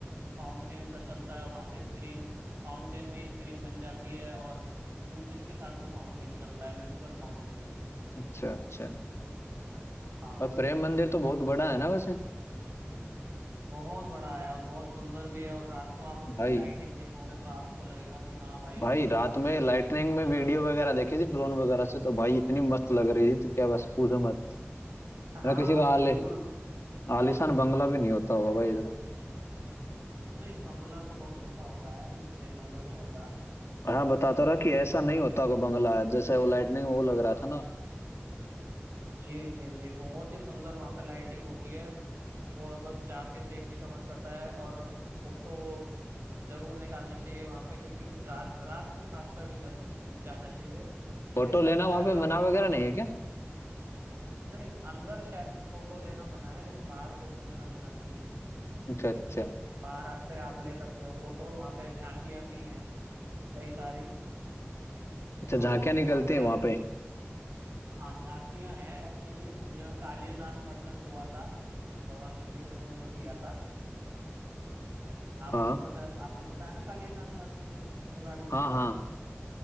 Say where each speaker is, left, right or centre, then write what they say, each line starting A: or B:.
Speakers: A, on the right; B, on the left.
A: फाउंटेन सा चलता है वहां पे स्क्रीन फाउंटेन में ही स्क्रीन बन जाती है और म्यूजिक के साथ वो फाउंटेन चलता है म्यूजिकल फाउंटेन
B: अच्छा अच्छा
A: हाँ
B: भाई प्रेम मंदिर तो बहुत बड़ा है ना वैसे
A: बहुत बड़ा है और बहुत सुंदर भी है और रात को आप उसकी
B: भाई
A: लाइटिंग देखोगे तो आपको लगेगा कि हाँ भाई
B: भाई रात
A: अ,
B: में लाइटनिंग
A: इसकी फोटो
B: में वीडियो
A: जरूर
B: वगैरह देखी थी ड्रोन वगैरह से तो भाई इतनी मस्त लग रही थी तो क्या बस पूछो मत
A: हाँ
B: ना किसी का आले
A: बिल्कुल
B: आलिशान बंगला भी नहीं होता होगा भाई इधर।
A: नहीं बंगला तो बहुत छोटा होता है प्रेम मंदिर तो बहुत बड़ा है
B: और हाँ बताता रहा कि ऐसा
A: अ,
B: नहीं होता होगा बंगला जैसे वो लाइटनिंग वो लग
A: हाँ
B: रहा था ना
A: जी जी जी बहुत ही सुंदर वहाँ पे लाइटिंग होती है और बस जाके देखने का मन करता है और फोटो जरूर निकालनी चाहिए वहां पे क्योंकि रात रात को खास करके जरूर जाना चाहिए
B: फोटो
A: दिन में
B: लेना
A: तो शायद
B: वहां पे
A: आपको
B: मना
A: इतना
B: वगैरह नहीं है क्या
A: नहीं अंदर शायद फोटो लेना मना है लेकिन बाहर फोटो लेना मना नहीं है
B: अच्छा अच्छा
A: बाहर से आप ले सकते हो फोटो वहां पे झांकियां भी हैं कई सारी
B: अच्छा
A: तो
B: झांकियां निकलती
A: वहां पे
B: हैं
A: आप
B: वहां
A: ले
B: पे
A: हाँ झांकियां हैं एक्चुअली जो कालिया नाग मर्दन हुआ था भगवान श्री कृष्ण ने जो किया था आपको
B: हाँ
A: तो पता आपको पता है ना कालिया नाग मर्दन के बारे में
B: हाँ हाँ